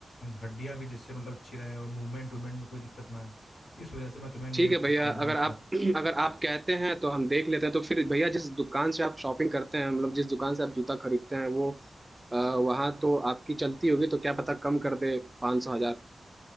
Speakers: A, on the left; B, on the right.
A: हड्डियां भी जिससे मतलब अच्छी रहे और मूवमेंट वूवमेंट में कोई दिक्कत ना आए इस वजह से मैं तुम्हें
B: ठीक
A: ये
B: है भैया
A: नाइट्रो
B: अगर आप <clears throat> अगर आप कहते हैं तो हम देख लेते हैं तो फिर भैया जिस दुकान से आप शॉपिंग करते हैं मतलब जिस दुकान से आप जूता खरीदते हैं वो आ, वहाँ तो आपकी चलती होगी तो क्या पता कम कर दे पाँच सौ हजार